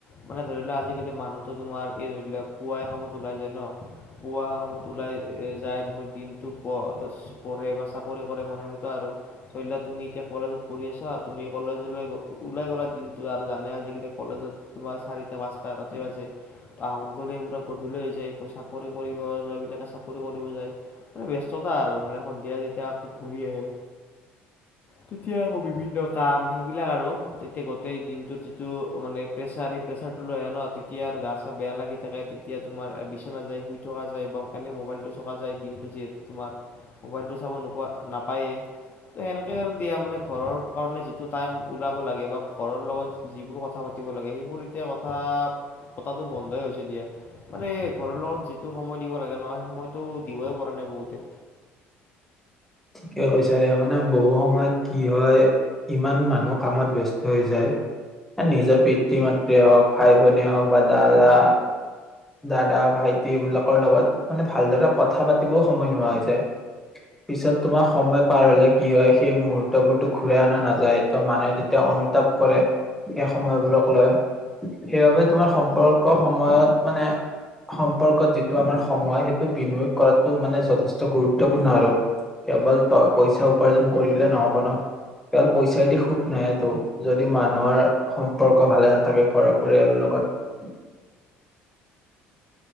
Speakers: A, on the left; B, in the centre.
A: মানে ধৰি লওোৱা আজিকালি মানুহতো তোমাৰ এই ধৰি লোৱা পুৱাই কামত ওলাই যায় ন পুৱা কামত ওলাই যায় তাৰপিছত দিনটো প কৰে মানে সেনেকুৱা আৰু ধৰি লা তুমি এতিয়া কলেজত পঢ়ি আছা তুমি কলেজ ওলাই গলা দিনটো আৰু জানে আজিকালি কলেজত তোমাৰ চাৰিটা পাচটা তাতে বাজে। আহক গলে এইবৰা গধূলি হৈ যায় ত চাকৰি কৰিব যোৱাবলাকে চাকৰি কৰিব যায় মানে ব্যস্ততা আৰু মানে সন্ধিয়া যেতিয়া আকৌ ঘূৰি আহে
B: হয়।
A: তেতিয়া আকৌ বিভিন্ন কাম সেইবিলাক আৰু তেতিয়া গোটেই দিনটোত যিটো মানে প্ৰেচাৰ সেই প্ৰেচাৰ লে ন তেতিয়া আৰু গা চা বেয়া লাগি থাকে তেতিয়া তোমাৰ বিচনা যায় শুই থকা যায় বা এনে মোবাইল চোৱা যায় দিনটো যিহেতু তোমাৰ মোবাইলটো চাব নোপোৱা নাপায়েই ত সেনেকে আৰু দিয়া মানে ঘৰৰ কাৰণে যিটো টাইম ওলাব লাগে বা ঘৰৰ লগত যিবোৰ কথা প দিব লাগে সেইবোৰ এতিয়া কথা পতাটো বন্ধই হৈছে দিয়া। মানে ঘৰৰ লগত যিটো সময় দিব লাগে নহ সেই সময়তটো দিবই পৰা নাই বহুতে
B: ঠিকে কৈছাঁ মানে বহু সময়ত কি হয় ইমান মানুহ কামত ব্যস্ত হৈ যায় নিজৰ পিতৃ মাতৃয়ে হওক ভাই ভনীয়ে হওক বা দাদা দাদা ভাইটি এইবিলাকৰ লগত মানে ভালদৰে কথা পাতিবও সময় নোহোৱা হৈ যায়। পিছত তোমাৰ সময় পাৰ হ'লে কি হয় সেই মুহুৰ্তবোৰতো ঘুৰাই আনা নাযায় টো মানে তেত তেওঁ অনুতাপ কৰে, সেই সময়বোৰক লয়। সেইবাবে তোমাৰ সম্পৰ্ক সময়ত মানে সম্পৰ্কত যিটো আমাৰ সময় সেইটো বিনিয়োগ কৰাটো মানে যথেষ্ট গুৰুত্বপূৰ্ণ আৰু। কেৱল পইচা উপাৰ্জন কৰিলে নহ'ব ন' কেৱল পইচাইদি সুখ নাহেটো যদি মানুহৰ সম্পৰ্ক ভালে নাথাকে ঘৰৰ পৰিয়ালৰ লগ লগত।